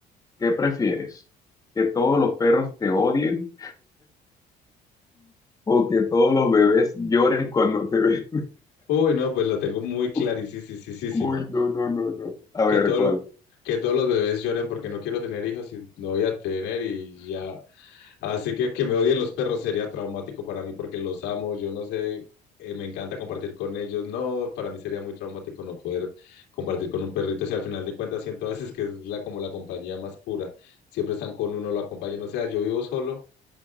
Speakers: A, on the left (about 20°); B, on the left (about 85°).
A: ¿Qué prefieres? ¿Que todos los perros te odien o que todos los bebés lloren cuando te ven?
B: Uy, no, pues la tengo muy
A: <laughs>
B: clarísima.
A: Uy, no, no, no, no. A ver,
B: Que todo,
A: ¿cuál?
B: que todos los bebés lloren porque no quiero tener hijos y no voy a tener y ya. Así que que me odien los perros sería traumático para mí porque los amo, yo no sé, eh, me encanta compartir con ellos. No, para mí sería muy traumático no poder compartir con un perrito. Si al final de cuentas siento a veces que es la, como la compañía más pura. Siempre están con uno, lo acompañan. O sea, yo vivo solo